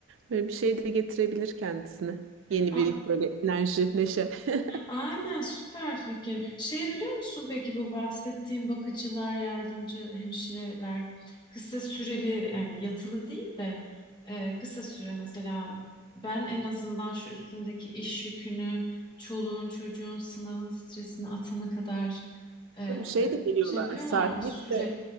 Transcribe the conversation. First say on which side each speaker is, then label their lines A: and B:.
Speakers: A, on the right; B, on the left.
A: Böyle bir şey de getirebilir kendisine. Yeni
B: Aa,
A: bir böyle enerji, neşe. <laughs>
B: Aynen süper fikir. Şey biliyor musun peki bu bahsettiğim bakıcılar, yardımcı hemşireler kısa süreli yani yatılı değil de e, kısa süre mesela ben en azından şu üstümdeki iş yükünü, çoluğun çocuğun sınavın stresini atana kadar e,
A: Bir şey de geliyorlar
B: şey yapıyorlar
A: saatlik
B: mı süre
A: de